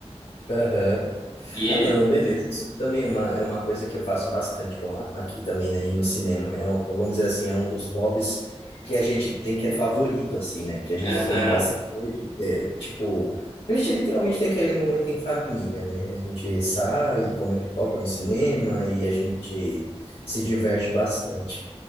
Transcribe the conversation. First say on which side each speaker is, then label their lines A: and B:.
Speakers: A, on the left (about 55°); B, on the left (about 35°).
A: Aham.
B: E
A: Ah,
B: ele.
A: não, beleza. Isso também é uma, é uma coisa que eu faço bastante com aqui também, né? E no cinema. É, um- vamos dizer assim, é um dos hobbies que a gente tem que é favorito, assim, né? Que a gente
B: Aham.
A: aprende bastante. é, tipo, a gente literalmente tem aquele momento em família, né? A gente sai, come a pipoca no cinema e a gente se diverte bastante.